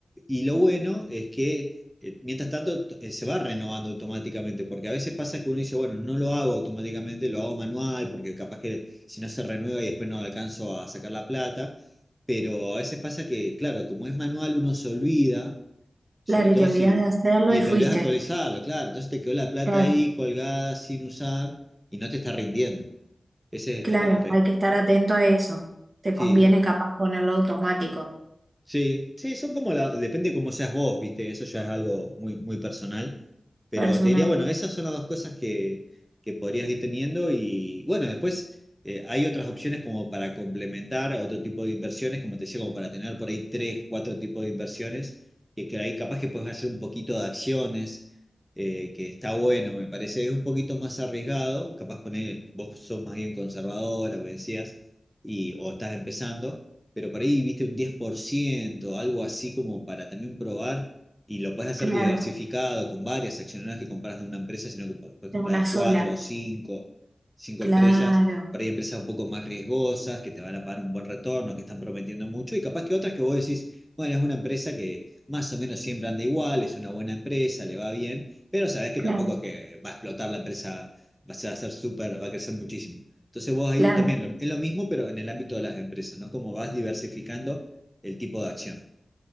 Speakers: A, in the centre; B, on the right (about 45°).
A: Y lo bueno es que eh, mientras tanto t- eh, se va renovando automáticamente, porque a veces pasa que uno dice, bueno, no lo hago automáticamente, lo hago manual, porque capaz que si no se renueva y después no alcanzo a sacar la plata, pero a veces pasa que, claro, como es manual uno se olvida, sobre
B: Claro,
A: todo
B: y te olvidás
A: si,
B: de hacerlo
A: y
B: y fuiste.
A: te olvidas de actualizarlo, claro, entonces te quedó la plata
B: Claro,
A: ahí colgada sin usar y no te está rindiendo. Ese es
B: claro,
A: también el riesgo.
B: hay que estar
A: Pero,
B: atento a eso. Te
A: sí,
B: conviene
A: bueno.
B: capaz ponerlo automático,
A: Sí, sí, son como la, depende cómo seas vos, viste, eso ya es algo muy, muy personal, pero
B: personal.
A: te diría, bueno, esas son las dos cosas que, que podrías ir teniendo y bueno, después eh, hay otras opciones como para complementar a otro tipo de inversiones, como te decía, como para tener por ahí tres, cuatro tipos de inversiones, que, que ahí capaz que puedes hacer un poquito de acciones, eh, que está bueno, me parece, es un poquito más arriesgado, capaz poner, vos sos más bien conservadora, me decías, y, o estás empezando pero por ahí viste un 10% algo así como para también probar. Y lo puedes hacer
B: Claro,
A: diversificado con varias acciones, no es que compras de una empresa, sino que puedes
B: de
A: comprar
B: una
A: de
B: sola.
A: cuatro o cinco, cinco
B: Claro,
A: empresas. Por ahí empresas un poco más riesgosas, que te van a pagar un buen retorno, que están prometiendo mucho. Y capaz que otras que vos decís, bueno, es una empresa que más o menos siempre anda igual, es una buena empresa, le va bien, pero sabés que
B: claro,
A: tampoco es que va a explotar la empresa, va a ser súper, va a crecer muchísimo. Entonces vos ahí
B: claro.
A: también lo- es lo mismo, pero en el ámbito de las empresas, ¿no? Como vas diversificando el tipo de acción.